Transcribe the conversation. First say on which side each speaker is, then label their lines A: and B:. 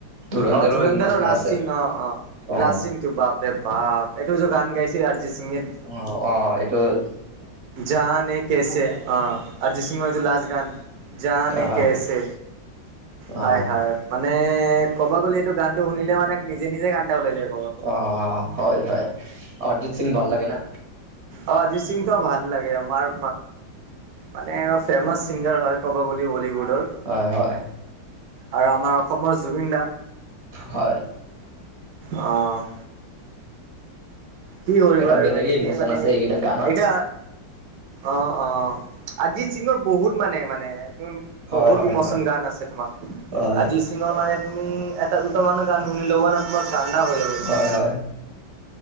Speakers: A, on the right; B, on the right.
A: ধুৰন্ধৰো
B: অ' ধুৰন্ধৰৰ
A: ইমচনেল
B: লাচ
A: আছে
B: চিন অ'-অ'
A: অ
B: লাচ চিনটো বাপৰে বাপ এটো যে গান গাইছে অৰিজিৎ সিঙে
A: অ'-অ' এইটোত
B: জানে কেছে অ' অৰিজিৎ সিংৰ এইটো লাষ্ট গান। জানে
A: অ
B: কেছে
A: অ
B: হায়-হায় মানে ক'বা গ'লে এইটো গানটো শুনিলে মানে নিজে-নিজে কন্দা এটা ওলাই যায়।
A: অ' হয়-হয় অৰিজিৎ সিং ভাল লাগে না?
B: অ' অৰজিত সিং তো ভাল লাগে আমাৰ মানে ফেমাচ চিংগাৰ হয় ক'ব গ'লে বলীউডৰ
A: হয়-হয়।
B: আৰু আমাৰ অসমৰ জুবিন দা।
A: হয়
B: অ' কি কৰিবা
A: এটা
B: আৰু
A: বেলেগে
B: এনেকে
A: ইমচন
B: মানে
A: আছে
B: এতিয়া
A: এইকেইটা গানত
B: অ'-অ' অৰজিৎ সিঙৰ বহুত মানে-মানে
A: হয়
B: বহুত
A: হয়
B: ইমচনেল
A: হয়
B: গান আছে তোমাৰ
A: হয়
B: অৰজিৎ সিংৰ মানে তুমি এটা দুটা মানুহ গান শুনি ল'ব না তোমাৰ কন্দা‌ হৈ যাব। তোমাৰ।
A: হয়-হয়।